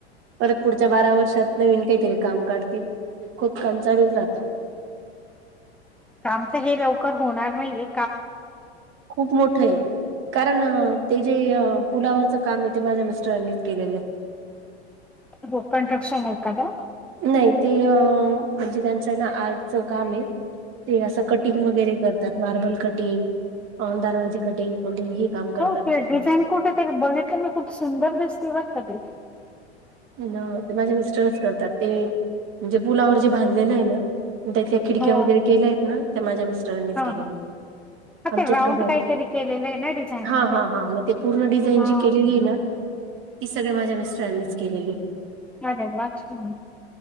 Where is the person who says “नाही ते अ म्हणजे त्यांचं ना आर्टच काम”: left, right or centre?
Right